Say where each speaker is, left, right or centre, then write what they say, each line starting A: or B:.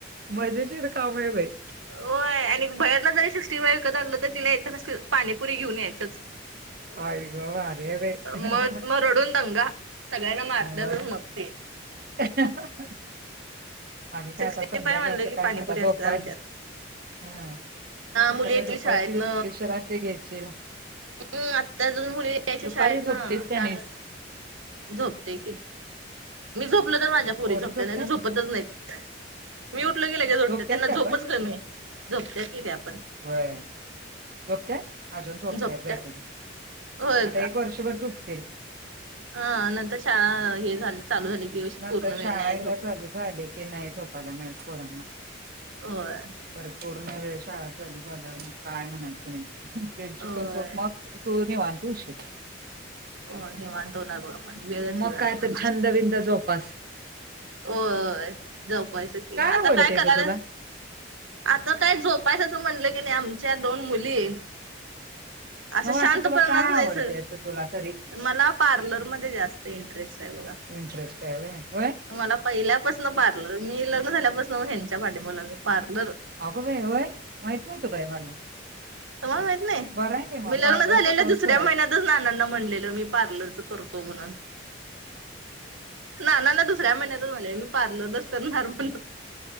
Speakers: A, on the right; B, on the right.
A: मजेशीर काम आहे बाई.
B: होय आणि बाहेरन जरी सिक्स्टी फाय विकत आलं तर तिला येताना पाणीपुरी घेऊन यायच.
A: काय ग भारी हाय बाई.
B: मग मग रडून दंगा सगळ्यांना मारत
A: होय
B: मग ते्.
A: आणि काय
B: सिक्स्टी
A: आता संध्याकाळचं
B: फाय म्हणलं की
A: काय
B: पाणीपुरी
A: आता झोपवायचं.
B: असते आमच्यात.
A: हा आता
B: मुली
A: काय
B: येतील
A: दुपारची
B: शाळेतन
A: विश्रांती घेशील.
B: हम् आत्ता अजून मुली यायच्या
A: दुपारी
B: शाळेत
A: झोपतेस
B: ना
A: का
B: चांग
A: नाहीस
B: झोपते की मी झोपलं तर माझ्या पुरी
A: पोरी
B: झपत
A: झोपतात
B: नाही झोपतच नाही मी उठलो की लगेच
A: झोपतात
B: उठतात त्यांना झोपच
A: त्या
B: कमी आहे. झोपते त आपण
A: वय झोपतयत अजून झोपतयत
B: झोपत्यात.
A: वैतरी
B: होय
A: आता एक वर्षभर झोपतील
B: ह नंतर शाळा हे झाली चालू झाली. की
A: नंतर
B: पूर्ण वेळ
A: शाळा
B: नाही
A: एकदा
B: झोपत.
A: चालू झाली की नाही झोपायला मिळत पोरांना.
B: होया.
A: पर पूर्ण वेळ शाळा चालू झाल्यावर मग काय म्हणायचं नाही त्यांची
B: होय.
A: पण स्वप म तू निवांत होशील.
B: हो निवांत होणारा बघा पण वेळच
A: मग
B: वेळ
A: काय
B: असणार
A: तर छंद बंद जोपास
B: हो जपायस की आता
A: आवडतंय
B: काय कराल?
A: ग तुला?
B: आता काय झोपायचं असं म्हणलं की नाही आमच्या दोन मुली असं
A: नव्ह
B: शांतपणाच
A: तुला काय
B: नाही
A: आवडतंय
B: सर
A: असं तुला तरी
B: मला पार्लरमध्ये जास्त इंटरेस्ट आहे बघा.
A: इंटरेस्ट आहे होय.
B: मला पहिल्यापासून पार्लर मी लग्न झाल्यापासून ह्यांच्या पाठी मला पार्लर
A: अगो बाई! होय माहित नव्हतं मला.
B: तर मग माहित नाही
A: बरं आहे की मग
B: मी लग्न
A: पार्लरचा
B: झालेल्या
A: कोर्स
B: दुसऱ्या
A: करायचा.
B: महिन्यातच नानांना म्हण मी पार्लरच करतो म्हणून नानांना दुसऱ्या महिन्यातच म्हणजे मी पार्लरच करणार म्हण